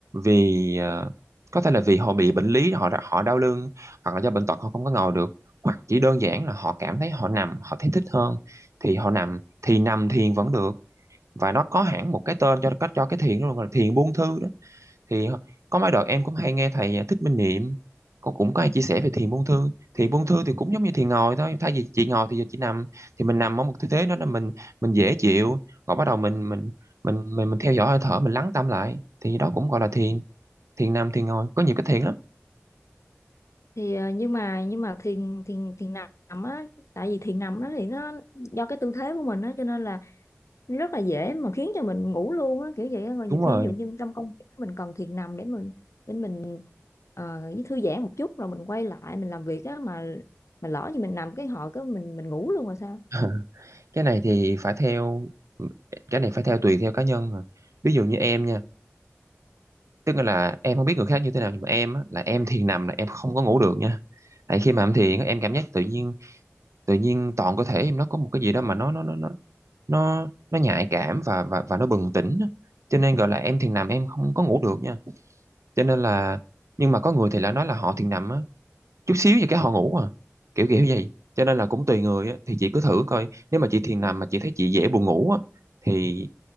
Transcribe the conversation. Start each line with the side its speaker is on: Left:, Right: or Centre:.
Right: vì ờ, có thể là vì họ bị bệnh lý họ đã- họ đau lưng hoặc là do bệnh tật họ không có ngồi được hoặc chỉ đơn giản là họ cảm thấy họ nằm họ thấy thích hơn thì họ nằm thì nằm thiền vẫn được và nó có hẳn một cái tên cho cách cho cái thiền đó luôn là thiền buông thư đó thì có mấy đợt em cũng hay nghe thầy à, Thích Minh Niệm cô cũng có hay chia sẻ về thiền buông thư thiền buông thư thì cũng giống như thiền ngồi thôi thay vì chị ngồi thì giờ chị nằm thì mình nằm ở một tư thế đó là mình mình dễ chịu rồi bắt đầu mình mình mình mình mình theo dõi hơi thở mình lắng tâm lại thì đó cũng gọi là thiền thiền nằm thiền ngồi có nhiều cái thiền lắm
Left: thì ờ, nhưng mà nhưng mà thiền thiền thiền nằm á tại vì thiền nằm á thì nó do cái tư thế của mình á cho nên là rất là dễ mà khiến cho mình ngủ luôn á kiểu vậy á. Rồi nhiều
Right: đúng
Left: khi
Right: rồi
Left: ví dụ như trong công việc mình cần thiền nằm để mình để mình ờ, với thư giãn một chút rồi mình quay lại mình làm việc á mà mà lỡ như mình nằm cái hồi cái mình mình ngủ luôn rồi sao
Right: <laughs> cái này thì phải theo cái này phải theo tùy theo cá nhân rồi ví dụ như em nha tức là em không biết người khác như thế nào nhưng mà em á, là em thiền nằm là em không có ngủ được nha tại khi mà em thiền á, em cảm giác tự nhiên tự nhiên toàn cơ thể em nó có một cái gì đó mà nó nó nó nó nó nó nhạy cảm và và và nó bừng tỉnh á. cho nên gọi là em thiền nằm em không có ngủ được nha cho nên là nhưng mà có người thì lại nói là họ thiền nằm á, chút xíu gì cái họ ngủ à kiểu kiểu vậy cho nên là cũng tùy người á, thì chị cứ thử coi nếu mà chị thiền nằm mà chị thấy chị dễ buồn ngủ á, thì